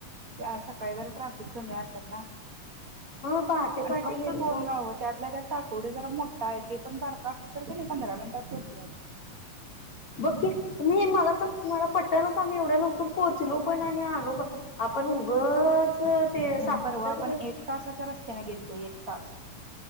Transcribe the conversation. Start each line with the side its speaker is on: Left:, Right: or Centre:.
Right: ते अ सकाळी जरा ट्रॅफिक कमी असेल ना
Left: ह पहाटे पहाटे
Right: फक्त
Left: गेलतो
Right: दोन
Left: आम्ही
Right: गाव त्यातला त्या टा तेवढे जरा मोठा आहे ते पण बारका असत तर त्या नाही पंधरा मिनिटात पोहोचल
Left: बघकी मी मला तर मला पट्टनच आम्ही एवढ्या लवकर पोहोचलो पण आणि आलो पण आपण उगच ते साक्षीला
Right: म्हजे परवा आपण
Left: तर
Right: एक तासाच्या रस्त्याने गेलतोय एक तास